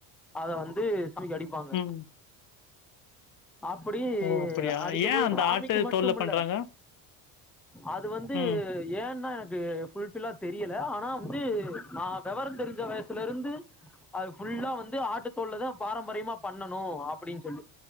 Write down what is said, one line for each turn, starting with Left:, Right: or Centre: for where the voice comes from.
Centre: அத வந்து சாமிக்கு அடிப்பாங்க
Left: ம்
Centre: அப்டி
Left: ஓ அப்படியா
Centre: அடிக்கும்போது
Left: ஏ அந்த
Centre: சாமிக்கு
Left: ஆட்டு
Centre: மட்டும்
Left: தோல்ல
Centre: இல்ல
Left: பண்றாங்க
Centre: அது வந்து
Left: ம்
Centre: ஏன்னா எனக்கு புல்பில்லா தெரியல ஆனா வந்து நா வெவர தெரிஞ்ச வயசுல இருந்து அது ஃபுல்லா வந்து ஆட்டுத்தோள்லதா பாரம்பரியமா பண்ணணு அப்படின்னு சொல்லி